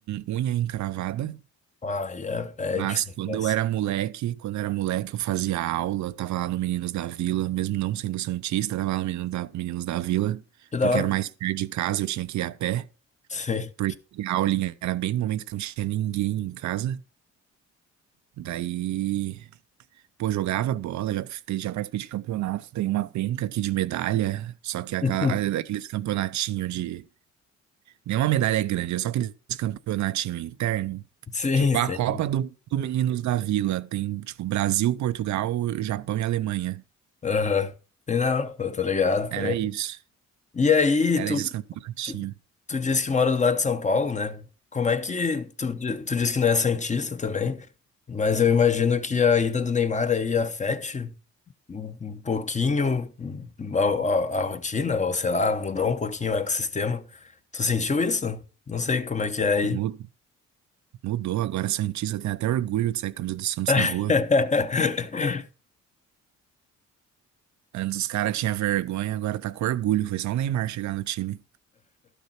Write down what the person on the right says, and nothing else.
unha encravada.
Mas
quando
eu era moleque, quando eu era moleque, eu fazia aula, eu tava lá no Meninos da Vila, mesmo não sendo santista, eu tava lá no Meninos da, Meninos da Vila,
porque
era mais perto de casa, eu tinha que ir a pé.
Porque a aulinha era bem no momento que não tinha ninguém em casa. Daí, pô, jogava bola, já, já participei de campeonatos, tem uma penca aqui de medalha, só que aquela-
aqueles campeonatinho de. Nenhuma medalha é grande, é só aqueles campeonatinho interno.
Tipo,
a Copa do, do Meninos da Vila tem, tipo, Brasil, Portugal, Japão e Alemanha.
Era
isso.
Era
esses campeonatinhos.
Mu- Mudou agora, Santista tem até orgulho de sair com a camisa do Santos na
rua. Antes os caras tinham vergonha, agora tá com orgulho. Foi só o Neymar chegar no time.